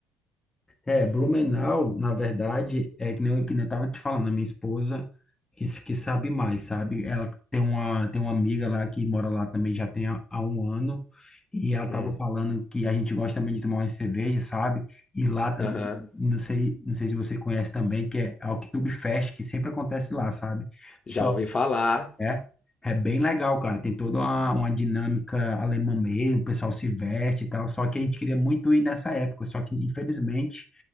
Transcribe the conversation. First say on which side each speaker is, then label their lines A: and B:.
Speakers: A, on the left (about 20°); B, on the left (about 35°).
A: É, Blumenau, na verdade, é que nem eu, que nem eu tava te falando, a minha esposa que, s- que sabe mais, sabe? Ela tem uma, tem uma amiga lá que mora lá também já tem há, há um ano, e ela tava
B: Hum.
A: falando que a gente gosta também de tomar uma cerveja, sabe? E lá também,
B: Aham.
A: não sei, não sei se você conhece também, que é a Oktoberfest, que sempre acontece lá, sabe?
B: Já
A: Só
B: ouvi falar.
A: é, é bem legal, cara, tem toda uma, uma dinâmica alemã mesmo, o pessoal se veste e tal, só que a gente queria muito ir nessa época, só que infelizmente